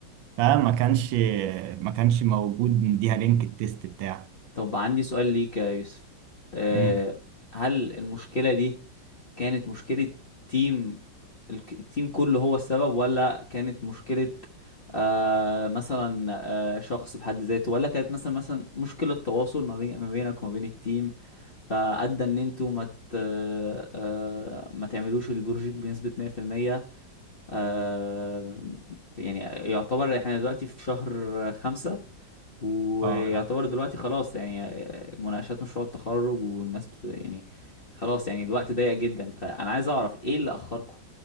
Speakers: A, on the right (about 85°); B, on the left (about 35°).
A: فما كانش ما كانش موجود نديها لينك التيست بتاعه
B: طب عندي سؤال ليك يا يوسف أه
A: امم
B: هل المشكلة دي كانت مشكلة تيم الك- التيم كله هو السبب ولا كانت مشكلة أه مثلا أه شخص بحد ذاته ولا كانت مثلا مثلا مشكلة تواصل ما بين ما بينك وما بين التيم فأدى إن أنتوا ما ت- أه ما تعملوش البروجيكت بنسبة 100% أه يعني يعتبر احنا دلوقتي في شهر خمسة ويعتبر
A: اه
B: دلوقتي خلاص يعني مناقشات مشروع التخرج والناس بت... يعني خلاص يعني الوقت ضيق جدا فانا عايز اعرف ايه اللي اخركم